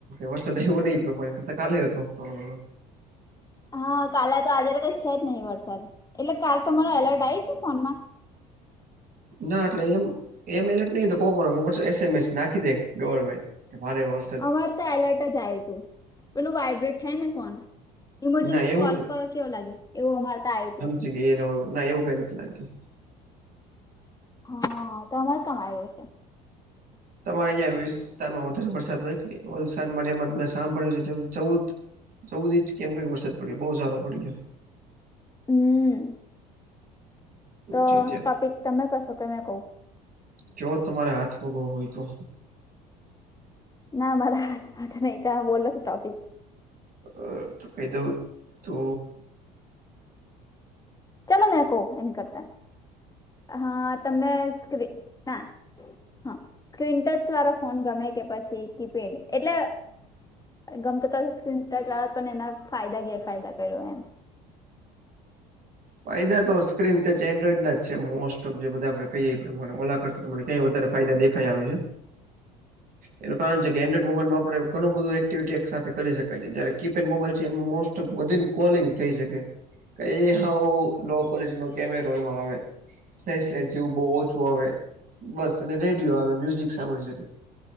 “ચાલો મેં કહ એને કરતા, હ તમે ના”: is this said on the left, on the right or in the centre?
Left